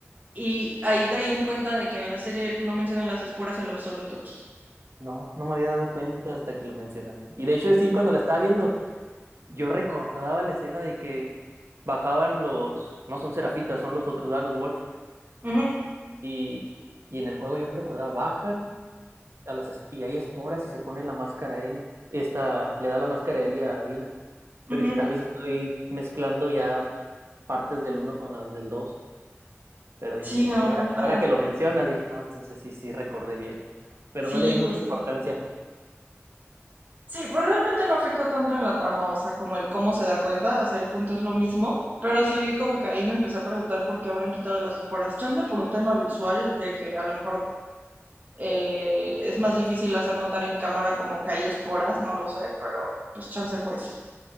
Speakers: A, on the right; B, on the right.
A: y ahí caí en cuenta de que en la serie no mencionan las esporas en lo absoluto.
B: No, no me había dado cuenta hasta que lo mencionaste. Y de hecho, sí, cuando la estaba viendo. yo recordaba la escena de que bajaban los, no son serafitas, son los otros, ¿verdad? Los wolf.
A: Ujú,
B: Y, y en el juego yo recordaba, bajan a las esp- y hay esporas y se pone la máscara a Ellie. Esta le da la máscara a Ellie a Dina. Pero
A: ujú.
B: dije, tal vez estoy mezclando ya partes del uno con las del dos Pero dije,
A: Sí,
B: no.
A: no,
B: Y ahora, que-
A: ajá.
B: ahora que lo mencionas, dije, no, entonces sí, sí, recordé bien. Pero
A: Sí,
B: no le di
A: justo.
B: mucha importancia.
A: Sí, pues realmente no afecta tanto en la trama, o sea, como el cómo se da cuenta, o sea, el punto es lo mismo, pero sí como que ahí me empecé a preguntar por qué habrán quitado las esporas. Chance por un tema visual de que a lo mejor eh, es más difícil hacer notar en cámara como que hay esporas, no lo sé, pero pues chance fue eso.